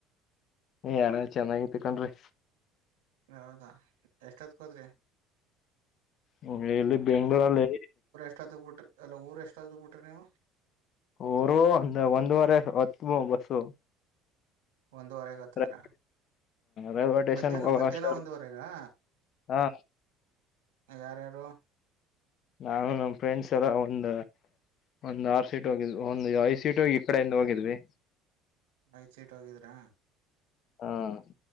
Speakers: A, on the left; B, on the right.
A: ಏ ಅಣ್ಣ ಅಲ್ ಚೆನ್ನಾಗಿತು ಕನ್ರಿ.
B: ಹೌದಾ. ಎಷ್ಟೊತ್ಕೋದ್ರಿ
A: ಹ್ಮ ಎಲ್ಲಿ ಬೆಂಗಳೂರಲ್ಲಿ.
B: ಎಷ್ಟತ್ತ ಬಿಟ್ರಿ ಅಲ್ಲ ಊರ್ ಎಷ್ಟತ್ತೂಗ ಬಿಟ್ರಿ ನೀವು.
A: ಊರು ಒಂದ ಒಂದುವರೆ ಹತ್ವು ಬಸ್ಸು.
B: ಒಂದುವರೆಗೆ ಹತದ್ರಾ
A: ಹ ರೈಲ್ವೆ ಸ್ಟೇಷನ್
B: ಮಧ್ಯಾಹ್ನ
A: ಹೋಗಷ್ಟ
B: ಮಧ್ಯಾಹ್ನ ಒಂದುವರೆಗಾ.
A: ಹಾ
B: ಯಾರ ಯಾರು.
A: ನಾನು ನಮ್ ಫ್ರೆಂಡ್ಸ್ ಎಲ್ಲ ಒಂದ್. ಒಂದು ಆರ್ ಸೀಟ ಹೋಗಿದ್ವು ಒಂದ್ ಐದ್ ಸೀಟ್ ಈ ಕಡೆಯಿಂದ ಹೋಗಿದ್ವಿ.
B: ಐದ್ ಸೀಟ್ ಹೋಗಿದ್ರ.
A: ಹ್ಮ್